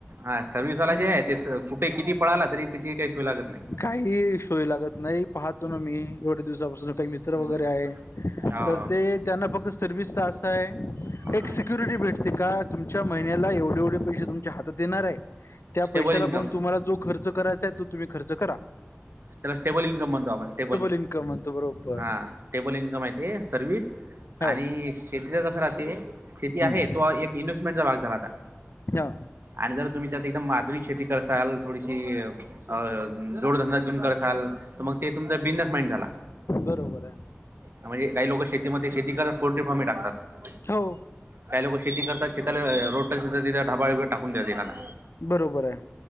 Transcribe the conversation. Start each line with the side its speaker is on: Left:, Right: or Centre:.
Right: हा सर्वि्हस वाला
Left: म्हणून
Right: जे हाये ते कुठे किती पळाला, तरी त्याची काही सोय लागत नाही.
Left: काही सोय लागत नाही. पाहतो ना मी एवढे दिवसापासून काही मित्र
Right: हम्म
Left: वगैरे आहे.
Right: हो
Left: तर ते त्यांना फक्त सर्विसच असाय, एक
Right: हम्म
Left: सिक्युरिटी भेटते का. तुमच्या महिन्याला एवढे-एवढे पैश तुमच्या हातात येणार आहे. त्या
Right: स्टेबल
Left: पैशाला
Right: इन्कम
Left: पाहुन तुम्हाला जो खर्च. करायच आहे तो तुम्ही खर्च करा.
Right: त्याला स्टेबल इन्कम म्हणतो आपण स्टेबल.
Left: इन्कम म्हणतो बरोबर
Right: हा स्टेबल इन्कम आहे ते सर्विस.
Left: हो
Right: आणि शेतीला कस राहते शेती
Left: हम्म.
Right: आहे तो एक इन्व्हेस्टमेंटचा भाग झाला आता.
Left: हा
Right: आणि जर तुम्हीच आता एकदम आधुनिक शेती करसाल. थोडीशी अ जोडधंदा सुरू करसाल. तर मग ते तुमचा बिझनेस माइंड झाला.
Left: बरोबर आहे
Right: म्हणजे काही लोक शेतीमध्ये शेती करत पोल्ट्री फॉमही टाकतात.
Left: हो
Right: काही लोक शेती करतात. शेताला रोटटच ढबाळ बिबाळ टाकून देतात. एकाला
Left: बरोबर आहे.